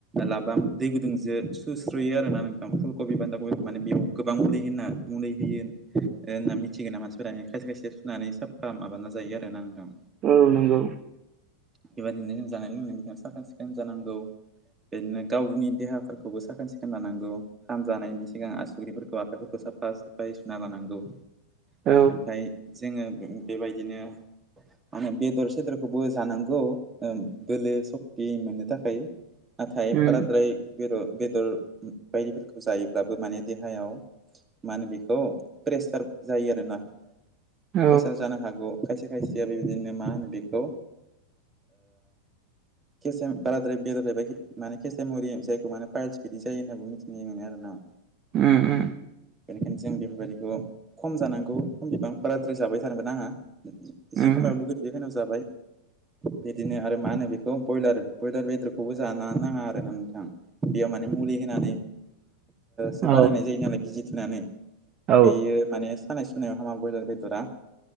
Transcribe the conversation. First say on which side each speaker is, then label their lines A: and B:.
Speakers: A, on the right; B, on the right.
A: लाबाम दै गुदुंजों सुस्रोयो आरो ना नोंथां फुलकबि बान्दा कबिखौ माने बेयाव गोबां मुलै होनना मुलै होयो। होनना मिथिगोन ना मानसिफोरा खायसे खायसे सुनानै साफा माबाना जायो आरो ना नोंथां।
B: औ नंगौ
A: बेबायदिनो जों जानाय लोंनायनि साखोन सिखोन जानांगौ। बिदिनो गावनि देहाफोरखौबो साखोन सिखोन लानांगौ। खानजानायनि सिगां आसुग्रिफोरखौ आखाइफोरखौ साफा सुफायै सुना लानांगौ।
B: औ
A: ओमफाय जोङो बेबायदिनो माने बेदर सेदरखौबो जानांगौ बोलो सक्ति मोननो थाखाय नाथाय
B: उम
A: बाराद्राय बेदर बेदर बायदिफोरखौ जायोब्लाबो माने देहायाव मा होनो बेखौ प्रेसार जायो आरो ना।
B: औ
A: प्रेसार जानो हागौ खायसे खायसेया बेबायदिनो मा होनो बेखौ <unintelligible> बाद्राय बेदर जायोबा माने केसेमरि जायखौ मे पाइल्स बिदि जायो होनना मिथ <unintelligible> आरोना
B: उम उम
A: बेनिखायनो जों बेफोरबायदिखौ खम जानांगौ खम बिबां बाराद्राय जाबाय थानोबो नाङा।
B: उम
A: जि खमायाव लुगैदो बेखिनियाव जाबाय। बिदिनो आरो मा होनो बेखौ ब्रयलार ब्रयलार बेदरखौबो जानो नाङा आरोना नोंथां। बेयाव माने मुलि होनानै सो
B: औ
A: बानायनाय जायो नालाय बिजि थुनानै
B: औ
A: बेयो माने सानाय सु सुनायाव हामा ब्रयलार बेदरा